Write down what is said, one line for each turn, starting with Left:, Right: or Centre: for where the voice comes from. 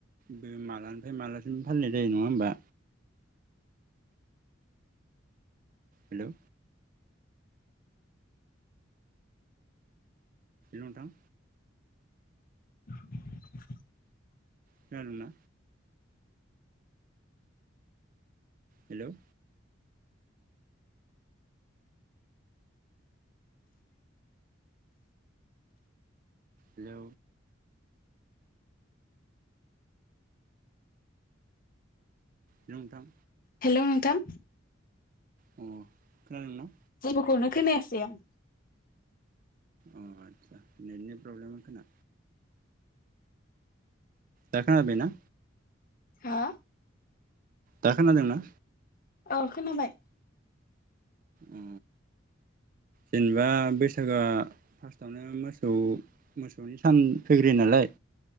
Right: बे मालानिफ्राय मालासिम फालिनाय जायो नङा होमबा हेलौ नोंथां।
Left: <inaudible>
Right: खोनादोना। हेलौ हेलौ नोंथां।
Left: हेलौ नोंथां।
Right: अ खोनादों न।
Left: जेबोखौनो खोनायासै आं।
Right: अ आचसा नेटनि प्रब्लेम खोमा। दाखोनादोना।
Left: हा।
Right: दा खोनादोंना।
Left: ओ खोनाबाय।
Right: अ जेनेबा बैसागोआ। <unintelligible> फार्स्टआवनो मोसौ मोसौनि सान फैग्रोयो नालाय।